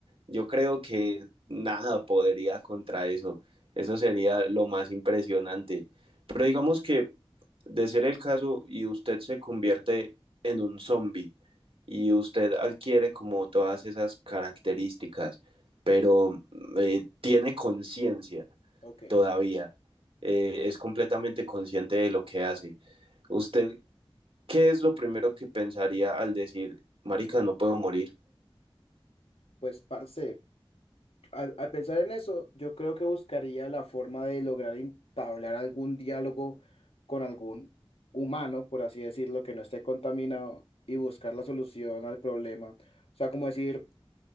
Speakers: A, on the right; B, on the left.
A: yo creo que nada podría contra eso. Eso sería lo más impresionante. Pero digamos que de ser el caso y usted se convierte en un zombie y usted adquiere como todas esas características, pero eh, tiene conciencia
B: Ok,
A: todavía, eh, es completamente consciente de lo que hace. ¿Usted qué es lo primero que pensaría al decir, marica, no puedo morir?
B: pues parce, al, al pensar en eso, yo creo que buscaría la forma de lograr entablar algún diálogo con algún humano, por así decirlo, que no esté contaminado y buscar la solución al problema. O sea, como decir,